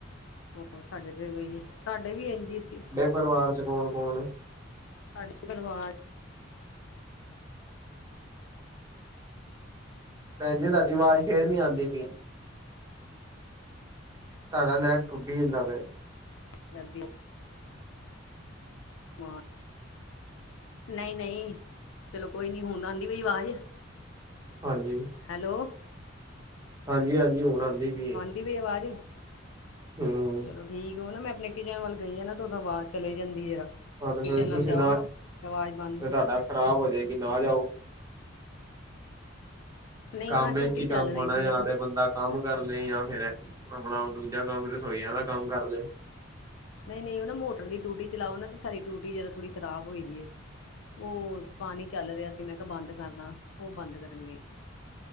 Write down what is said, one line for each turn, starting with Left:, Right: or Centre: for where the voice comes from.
Left: ਹੋਰ ਸਾਡੇ ਤੇ ਸਾਡੇ ਵੀ ਐਂਝ ਸੀ।
Right: ਪਰਵਾਰ ਚ ਕੌਣ ਕੌਣ?
Left: ਸਾਡੇ ਪਰਿਵਾਰ ਚ
Right: ਭੈਣ ਜੀ, ਤੁਹਾਡੀ ਆਵਾਜ਼ ਫੇਰ ਨੀ ਆਂਦੀ ਪਈ।। ਤੁਹਾਡਾ ਨੈੱਟ ਟੁੱਟੀ ਜਾਂਦਾ ਪਿਆ।
Left: <unintelligible> <inaudible> ਨਹੀਂ ਨਹੀਂ ਚਲੋ ਕੋਈ ਨੀ ਹੁਣ ਆਂਦੀ ਪਈ ਆਵਾਜ਼।
Right: ਹਾਂਜੀ।
Left: ਹੈਲੋ।
Right: ਹਾਂਜੀ ਹਾਂਜੀ ਹੁਣ ਆਂਦੀ ਪਈ ਏ।
Left: ਕਿਵੇਂ ਆਵਾਜ਼?
Right: ਹੂੰ।
Left: ਚਲੋ ਠੀਕ ਓ ਨਾ ਮੈਂ ਅਪਨੀ ਕਿਚਨ ਵੱਲ ਗਈ ਆ ਨਾ ਤੇ ਉਦੋਂ ਆਵਾਜ਼ ਚਲੇ ਜਾਂਦੀ ਏ ਜ਼ਰਾ।
Right: ਹਾਂ ਤੇ
Left: ਕਿਚਨ
Right: ਫੇਰ ਤੁਸੀਂ
Left: ਵੱਲ ਜਾਓ ਨਾ ਤੇ ਆਵਾਜ਼ ਬੰਦ
Right: ਤੇ ਤੁਹਾਡਾ ਖ਼ਰਾਬ ਹੋ ਜਾਏਗੀ ਨਾ ਜਾਓ
Left: ਨਹੀਂ
Right: ਕੰਮ
Left: ਉਹ ਨਾ
Right: ਏ
Left: ਟੂਟੀ
Right: ਇੱਕ ਹੀ ਕੰਮ
Left: ਚੱਲ ਰਹੀ
Right: ਹੋਣਾ
Left: ਸੀ ਮੈਂ
Right: ਜਾਂ
Left: ਕਿਹਾ
Right: ਤੇ ਬੰਦਾ ਕੰਮ ਕਰ ਲਏ ਜਾਂ ਫੇਰ ਅਪਣਾ ਦੂਜਾ ਕੰਮ ਰਸੋਈਆਂ ਦਾ ਕੰਮ ਕਰ ਲਏ
Left: ਨਈ ਨਈ ਓ ਨਾ ਮੋਟਰ ਦੀ ਟੂਟੀ ਚਲਾਓ ਨਾ ਤੇ ਸਾਡੀ ਟੂਟੀ ਜ਼ਰਾ ਥੋੜੀ ਖਰਾਬ ਹੋਈ ਦੀ ਏ, ਓ ਪਾਣੀ ਚੱਲ ਰਿਹਾ ਸੀ ਮੈਂ ਕਿਆ ਬੰਦ ਕਰਦਾ। ਉਹ ਬੰਦ ਕਰਨ ਗਈ ਸੀ।